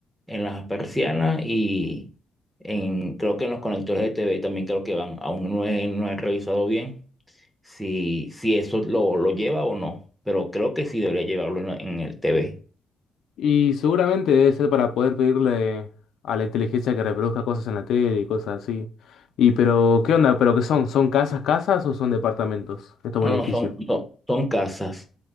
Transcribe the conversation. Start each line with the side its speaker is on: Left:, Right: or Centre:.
Centre: en las persianas y en, creo que en los conectores de TV también creo que van. Aún no he, no he revisado bien si, si eso lo, lo lleva o no, pero creo que sí debería llevarlo en, la- en el TV.
Left: Y seguramente debe ser para poder pedirle a la inteligencia que reproduzca cosas en la tele y cosas así. Y pero, ¿qué onda? ¿Pero qué son? ¿Son casas, casas o son departamentos? Esto
Centre: No,
Left: es un
Centre: no,
Left: edificio.
Centre: son, son, son casas,